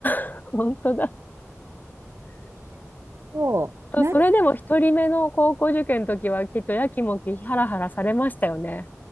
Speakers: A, on the left; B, on the right.
A: <laughs> 本当だ。
B: そう、な
A: それでも一人目の高校受験の時はきっとやきもきハラハラされましたよね。